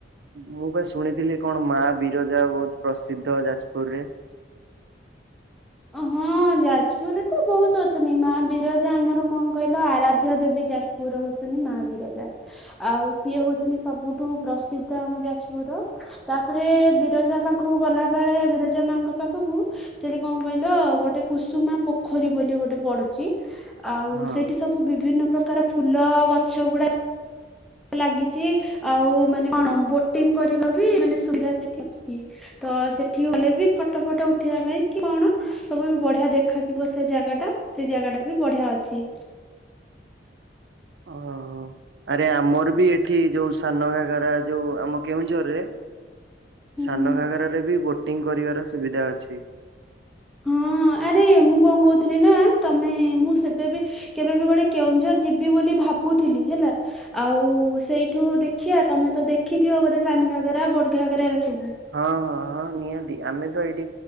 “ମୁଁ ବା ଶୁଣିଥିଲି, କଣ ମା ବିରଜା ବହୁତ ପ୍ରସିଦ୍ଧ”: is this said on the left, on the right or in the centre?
Right